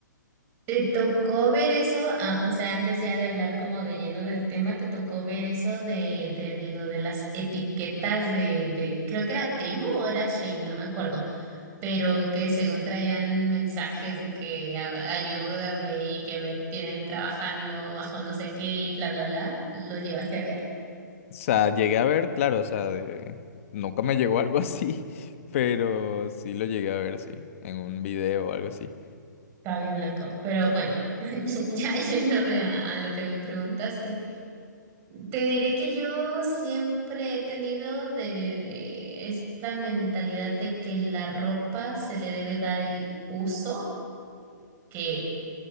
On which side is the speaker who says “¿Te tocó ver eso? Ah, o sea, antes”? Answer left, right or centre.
Right